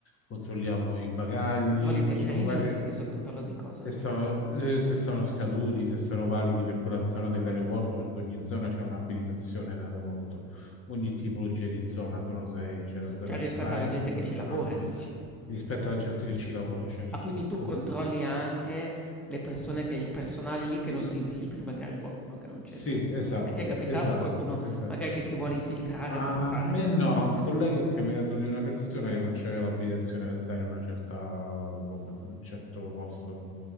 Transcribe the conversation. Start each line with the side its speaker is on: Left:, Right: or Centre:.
Left: controlliamo i bagagli,
Centre: Controlli i
Left: facciamo
Centre: tesserini
Left: varie,
Centre: in che senso controllo di cosa?
Left: se, so- eh, se sono scaduti, se sono validi per quella zona dell'aeroporto, perché ogni zona c'è un'abilitazione in aeroporto, ogni tipologia di zona, sono sei, c'è la zona
Centre: Cioè
Left: outside,
Centre: rispetto alla gente
Left: la
Centre: che ci lavora
Left: zona
Centre: dici.
Left: rispetto alla gente che ci lavora, certo,
Centre: Ah, quindi tu
Left: pure.
Centre: controlli anche le persone che il personale lì che non si infiltri magari qualcuno che non c'entra
Left: Sì,
Centre: nie
Left: esatto,
Centre: e ti è capitato
Left: esatto,
Centre: qualcuno
Left: esatto.
Centre: magari che si vuole infiltrare
Left: A
Centre: per fare?
Left: me no, a un collega è capitato di una persona che non c'aveva l'abilitazione per stare in una certa, lo-
Centre: No,
Left: un
Centre: no.
Left: certo posto,